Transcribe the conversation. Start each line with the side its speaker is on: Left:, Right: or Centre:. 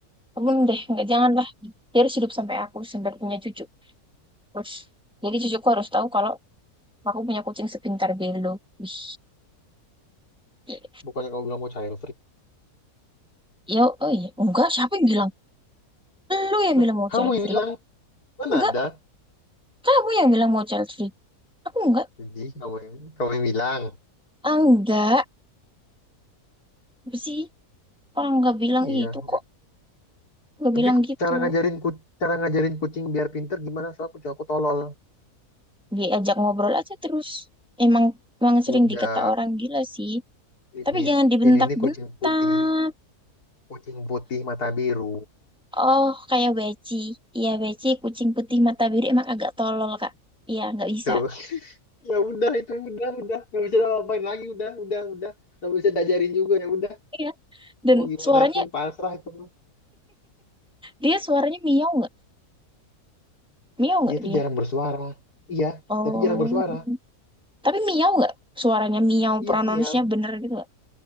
Centre: belum deh nggak janganlah dia harus hidup sampai aku sampai punya cucu terus jadi cucuku harus tahu kalau aku punya kucing sepintar belo Wih, i-
Left: Bukannya kamu bilang mau child free.
Centre: ya oh iya enggak siapa yang bilang lu yang
Left: Lah,
Centre: bilang mau
Left: kamu
Centre: child
Left: yang
Centre: free
Left: bilang mana
Centre: enggak
Left: ada?
Centre: kamu yang bilang mau child free aku enggak
Left: Jadi kamu yang, kamu yang bilang.
Centre: Ah, enggak apa sih orang enggak bilang
Left: Iya.
Centre: itu kok enggak
Left: Tapi
Centre: bilang
Left: ku-
Centre: gitu
Left: cara ngajarin ku, cara ngajarin kucing biar pinter gimana? Soalnya kucing aku tolol.
Centre: diajak ngobrol aja terus emang emang sering
Left: Udah
Centre: dikata orang gila sih
Left: ini
Centre: tapi jangan dibentak-bentak
Left: ini ini kucing putih, kucing putih mata biru.
Centre: Oh, kayak Weci. Iya, Weci, kucing putih mata biru emang agak tolol, Kak. Iya, nggak bisa.
Left: Tuh. Ya udah itu udah udah nggak bisa ngapain lagi udah udah udah nggak bisa diajarin juga ya udah
Centre: Iya. Dan
Left: mau gimana
Centre: suaranya,
Left: pun pasrah itu mah.
Centre: dia suaranya miau nggak? Miau nggak
Left: Dia tuh
Centre: dia?
Left: jarang bersuara. Iya,
Centre: Oh.
Left: tapi jarang bersuara.
Centre: Tapi miau nggak? Suaranya miau,
Left: Iya,
Centre: pronounce-nya
Left: iya.
Centre: bener gitu nggak?